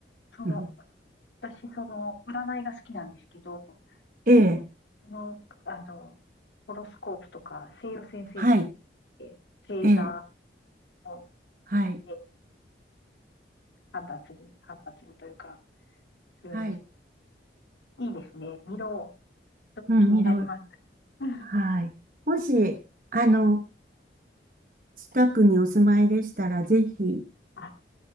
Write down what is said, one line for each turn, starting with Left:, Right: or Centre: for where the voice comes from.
Left: そう、
Right: うん
Left: 私、その、占いが好きなんですけど、
Right: A
Left: その、あの、ホロスコープとか西洋占星術っ
Right: <laughs>、はい、
Left: て星座
Right: A、
Left: を
Right: はい、
Left: で判断する、判断するというか、するんですけど、
Right: はい。
Left: いいですね。見ろ。ちょっと気になります。
Right: うん、色、
Left: うん
Right: はい。もし、あの、近くにお住まいでしたら、ぜひ行
Left: あ、